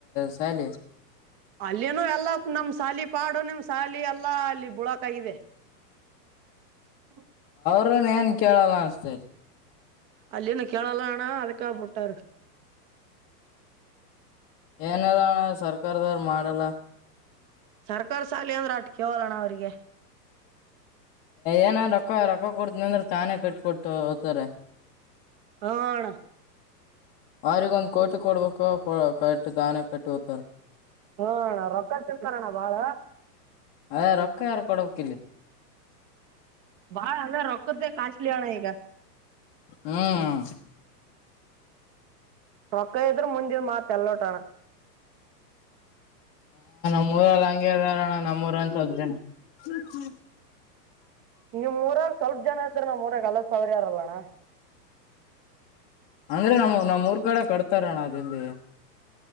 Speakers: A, on the left; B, on the right.
A: ಶಾಲ
B: ಅಲ್ಲಿನು ಎಲ್ಲಾ ನಮ್ ಸಾಲಿ ಪಾಡು ನಿಮ್ ಸಾಲಿ ಎಲ್ಲಾ ಅಲ್ಲಿ ಬುಳಕ ಇದೆ ಹ್ಮ್
A: ್ರ ಏನ್ ಕೇಳಲ್ಲ ಅನಸ್ತೈತಿ
B: ಅಲ್ಲಿನ್ನು ಕೇೇಳಲ್ಲ ಆಣಾ ಅದಕ್ಕ ಬಿಟ್ಟರೆ
A: ಏನಲ್ಲ ಅಣ್ಣ ಸರ್ಕಾರದವ್ರರು ಮಾಡಲ್ಲ
B: ಸರ್ಕ ಸಾಲಿ ಅಂದ್ರೆ ಅಟ್ ಕವಲಣ್ಣ ಅವ್ರಿಗೆ
A: ಏನ ರೊಕ್ಕ ರೊಕ್ಕ ಕೊಡ್ತನ ಅಂದ್ರೆ ತಾನೇ ಕಟ್ ಕೊೊಟ್ಟು ಹ್ತಾರ
B: ಹಣ
A: ಅವ್ರಗ ಒಂದ್ ಕೋಟಿ ಕೊಡ್ಬೇಕು ಕ ದಾನ ಕಟ್ಟಿ ಉತ್ತರ್
B: ಹಾಣ್ಣ ರೊಕ್ಕ ತಿಂತಾರಣ್ಣ ಬಾಳ
A: ಅದೇ ರೊಕ್ಕ ಯಾರು ಕೊಡ್ಬೇಕ್ ಇಲ್ಲಿ
B: ಬಾಳ ಅಲ್ಲ ರಕ್ಕತದೆ ಕಾಚಲಿಣ ಈಗ
A: ಹ್ಮ್
B: ರೊಕ್ಕ ಇದ್ರ ಮುಂಜೆ ಮಾತಲ್ಲೋಟಣ
A: ಹ ಹಗೆ ಅದಾರಣ ನಮ್ಮೂಊರ ಅಂತ ಸ ಜನ ಹ್ಮ
B: ನಿಮ್ಮರಾಗ ಸ್ವಲ್ಪ ಜನ ಐತ್ರಿ ನಾ್ೂರಲಸ ಸಾವರ್ಯಾರಲ್ಲಣ್ಣ
A: ಅಂದ್ರೆ ನಮ್ಮ ನಮ್ಮೂರ್ ಕಡೆ ಕಡ್ತಾರಣ ಅದೆಲ್ಲಿ